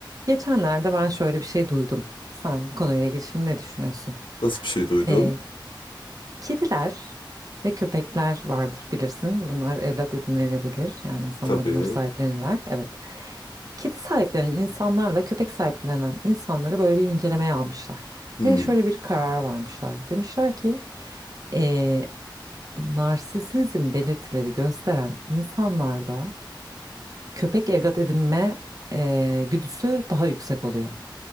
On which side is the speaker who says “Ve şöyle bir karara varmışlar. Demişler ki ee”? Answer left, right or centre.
Right